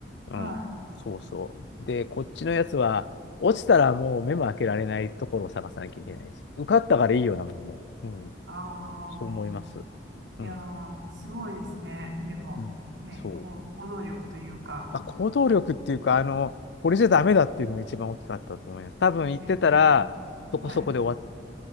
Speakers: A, on the right (about 75°); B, on the left (about 65°).
A: はい。
B: うん。そうそう。で、こっちのやつは、落ちたらもう目も開けられないところを探さなきゃいけないし、受かったからいいようなもんも。うん。
A: あ
B: そう思います。
A: あ。いやー、
B: うん。
A: すごいですね。でも、
B: うん。
A: ね、
B: そう。
A: こう、行動力というか、
B: まあ、行動力っていうか、あの、これじゃダメだっていうのが一番大きかったと思います。多分行ってたら、
A: ね、
B: そこそこで終わ
A: はい、